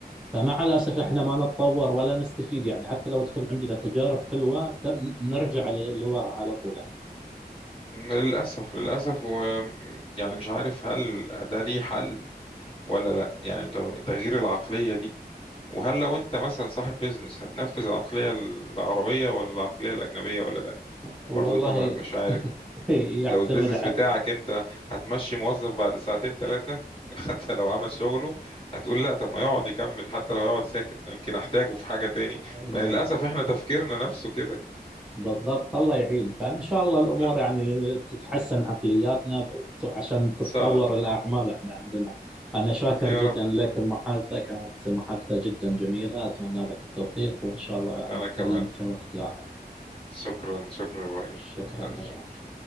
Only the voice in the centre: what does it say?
فمع الأسف إحنا ما نتطور ولا نستفيد يعني حتى لو تكون عندنا تجارب حلوة ت- نرجع لورا على طول إحنا
والله
<laughs> يعتمد
على
بالضبط الله يعين فإن شاء الله الأمور
يعني تتحسن عقلياتنا عشان تتطور
الأعمال احنا عندنا أنا شاكر
جدا
لك المحادثة كانت محادثة جدا جميلة أتمنى لك التوفيق وإن شاء الله
نتكلم
في وقت لاحق
شكرا